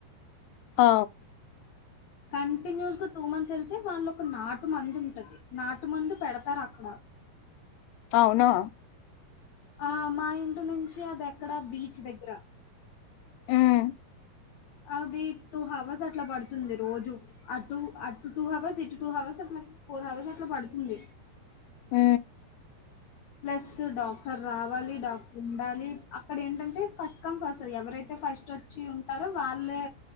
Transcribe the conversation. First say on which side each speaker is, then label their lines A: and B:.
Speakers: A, on the left; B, on the left.
A: ఆ
B: కంటిన్యూస్గా టూ మంత్స్ వెళ్తే వాళ్ళొక నాటు మంది ఉంటది. నాటు మందు పెడతార్ అక్కడ
A: అవునా
B: ఆ మా ఇంటి నుంచి అది ఎక్కడా బీచ్ దగ్గర
A: ఉమ్
B: అది టూ హవర్స్ అట్ల పడుతుంది రోజు అటు అటు టూ హవర్స్ ఇటు టూ హవర్స్ అ ఫోర్ అవర్స్ అట్లా పడుతుంది.
A: మ్
B: ప్లస్ డాక్టర్ రావాలి, డాక్టర్ ఉండాలి అక్కడ ఏంటంటే ఫస్ట్ కమ్ ఫస్ట్ ఎవరైతే ఫస్ట్ వచ్చి ఉంటారో వాళ్ళే